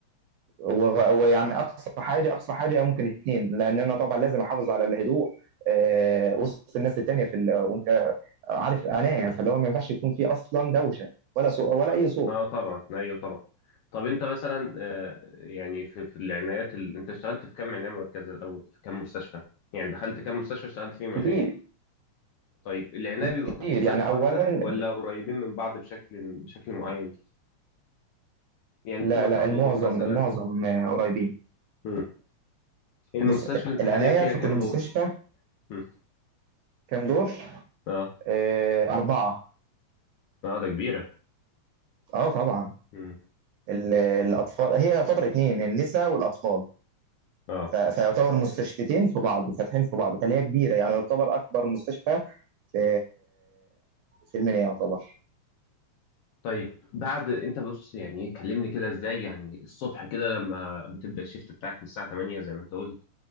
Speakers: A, on the right; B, on the left.
A: و- ويعني اقصى حاجه اقصى حاجه ممكن اتنين لان انا طبعا لازم احافظ على الهدوء آه، وسط الناس التانيه في ال... وانت عارف انايا فاللي هو ما ينفعش يكون في اصلا دوشه ولا صو... ولا
B: اه
A: اي صوت
B: آه طبعا ايوه طبعا طب انت مثلا آه، يعني في في العنايات ال... انت اشتغلت في كم عنايه مركزه الاول في كم مستشفى يعني دخلت كم مستشفى اشتغلت فيهم
A: كتير
B: عنايه طيب العنايه
A: كتير
B: بيبقى تفاصيلها
A: يعني
B: واحده
A: اولا
B: ولا قريبين من بعض بشكل بشكل معين يعني
A: لا
B: بتبقى كم
A: لا المعظم
B: دور مثلا
A: المعظم آه، قريبين
B: مم. المستشفى
A: بص
B: اللي انت
A: العنايه
B: حاليا فيها
A: في
B: كم
A: كل مستشفى
B: دور مم.
A: كام دور؟
B: اه
A: آه، اربعه
B: اه ده كبيره
A: اه طبعا
B: مم.
A: ال- الاطفال هي يعتبر اتنين النساء والاطفال
B: اه
A: ف- فيعتبر مستشفيتين في بعض فاتحين في بعض فهي كبيرة يعني يعتبر أكبر مستشفى في في المنيا يعتبر
B: طيب بعد انت بص يعني إيه، كلمني كده ازاي يعني الصبح كده لما بتبدا الشيفت بتاعك من الساعه 8 زي ما انت قلت